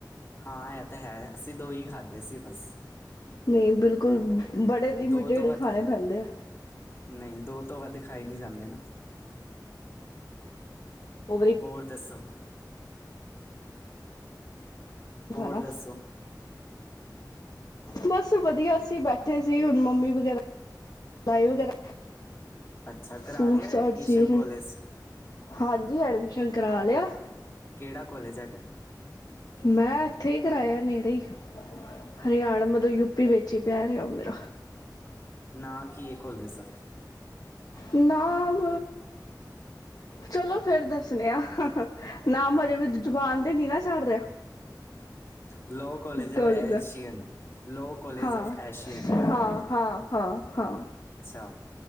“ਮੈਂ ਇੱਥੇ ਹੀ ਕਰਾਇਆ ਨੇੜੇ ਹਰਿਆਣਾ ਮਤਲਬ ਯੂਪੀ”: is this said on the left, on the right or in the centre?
Left